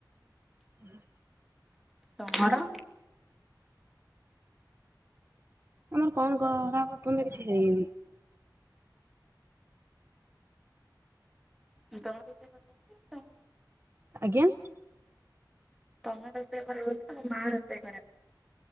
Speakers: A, on the right; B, in the centre.
A: ଉଁ ହୁଁ।
B: ତମର?
A: ଆମର କଣ କରରାବ ତର କିଛି ହେଇନି <unintelligible>
B: <unintelligible>
A: ଆଜ୍ଞା?
B: ତମେ ରୋଷେଇ କରିବ କି ନା ମା ରୋଷେଇ କରିବ?